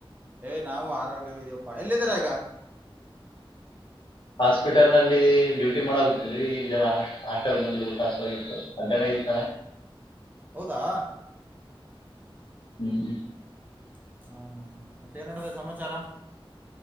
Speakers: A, on the right (about 20°); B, on the left (about 55°).
A: ಏ ನಾವು ಆರೋಗ್ಯ ಇದ್ಯಪ್ಪಾ ಎಲ್ಲಿದೀರ ಈಗ.
B: ಹಾಸ್ಪಿಟಲ್ ನಲ್ಲಿ ಡ್ಯೂಟಿ ಮಾಡಕತಿದ್ವಿ ಇಲ್ಲಿ ಜರ ಹಾಸ್ಟೆಲ್ ಮಂದಿ ಊಟ ಹತ್ತು ಅಧಹಣ ಇತ್ತು.
A: ಹೌದಾ.
B: ಹ್ಮ್್ಮ್.
A: ಹಾ ಹಾ ಮತ್ತೆ ಏನ್ಡದ ಸಮಾಚಾರ.